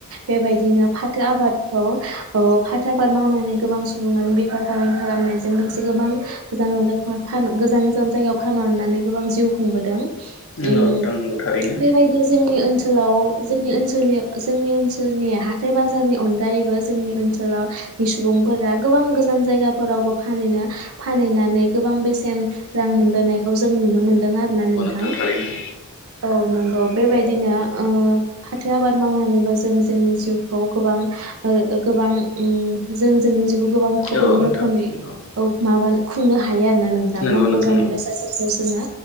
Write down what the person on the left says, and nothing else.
नंगौ नोंथां नंगौ थारैनो
थांथारैनो
औ नोंथां
नंगौ
नंगौ
नंगौ